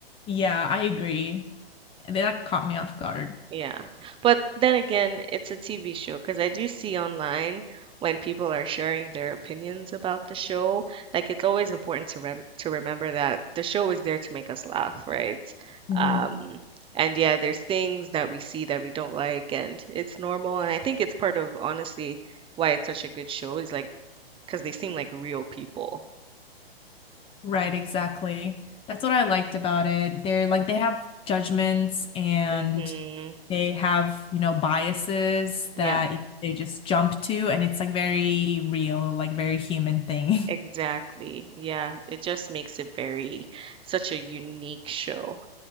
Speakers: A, on the left (about 15°); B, on the right (about 15°).
A: Yeah, I agree. That caught me off guard.
B: Yeah. But then again, it's a TV show because I do see online when people are sharing their opinions about the show, like it's always important to rem to remember that the show is there to make us laugh, right?
A: Mhm.
B: Um, and yeah, there's things that we see that we don't like, and it's normal. And I think it's part of honestly why it's such a good show is like because they seem like real people.
A: Right, exactly. That's what I liked about it. They're like they have judgments and
B: hmm
A: they have, you know, biases
B: Yeah,
A: that they just jump to and it's like very real, like very human thing.
B: exactly. Yeah, it just makes it very such a unique show.